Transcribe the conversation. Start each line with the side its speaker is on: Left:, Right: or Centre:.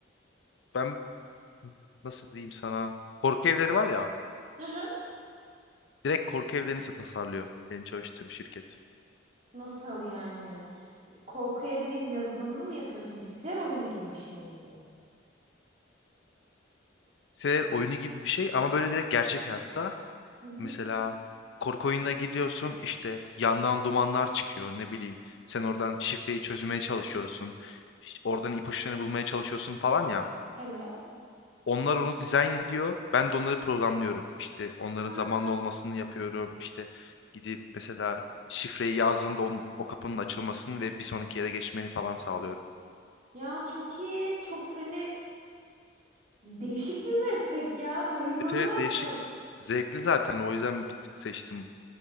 Left: ben nasıl diyeyim sana korku evleri var ya
Right: Hı hı.
Left: direkt korku evlerini sa- tasarlıyor benim çalıştığım şirket.
Right: Nasıl yani? Korku evinin yazılımını mı yapıyorsun? Bilgisayar oyunu gibi bir şey mi bu?
Left: Bilgisayar oyunu gibi bir şey ama böyle direkt gerçek hayatta
Right: Hı hı.
Left: mesela korku oyununa giriyorsun işte yandan dumanlar çıkıyor ne bileyim sen oradan şifreyi çözmeye çalışıyorsun. İşte Oradan ipuçlarını bulmaya çalışıyorsun falan ya.
Right: Evet.
Left: Onlar onu dizayn ediyor. Ben de onları programlıyorum. İşte onların
Right: Ha.
Left: zamanlı olmasını yapıyorum. İşte gidip mesela şifreyi yazdığında onun- o kapının açılmasını ve bir sonraki yere geçmeni falan sağlıyorum.
Right: Ya çok iyi. Çok hani değişik bir meslek ya. Hayırlı
Left: Evet,
Right: uğurlu
Left: evet
Right: olsun.
Left: değişik. Zevkli zaten. O yüzden bir tık seçtim.